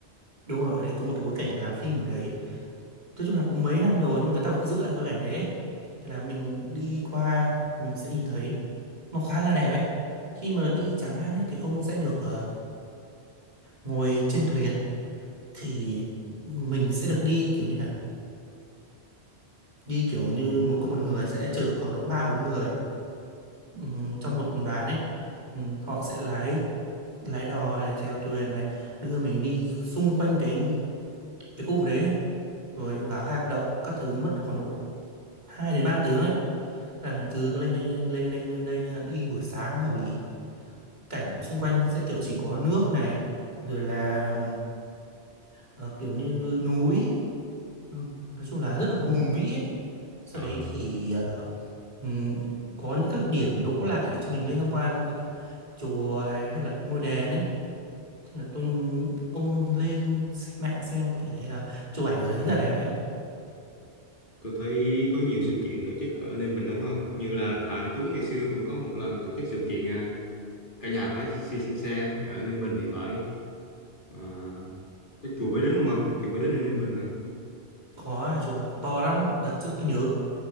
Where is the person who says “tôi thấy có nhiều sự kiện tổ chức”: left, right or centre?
Left